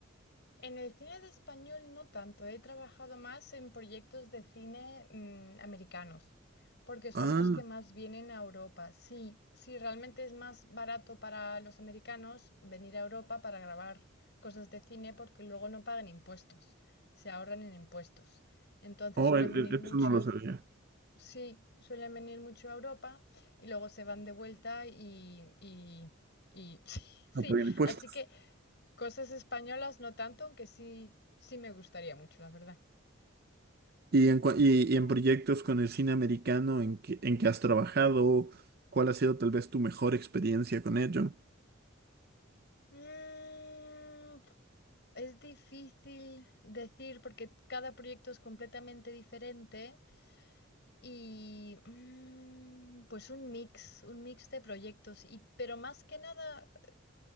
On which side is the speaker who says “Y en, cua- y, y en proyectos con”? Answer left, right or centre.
Right